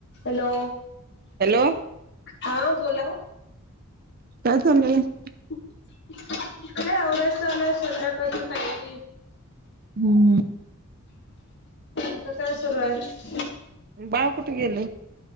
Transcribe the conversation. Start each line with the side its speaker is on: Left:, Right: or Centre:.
Left: Hello.
Right: Hello.
Left: हा बोला.
Right: कायच.
Left: अरे आवघत चाला संंडकाची तयारी
Right: हम्म हम.
Left: आता काय सुरू आहे.
Right: बाव कुठे गेल.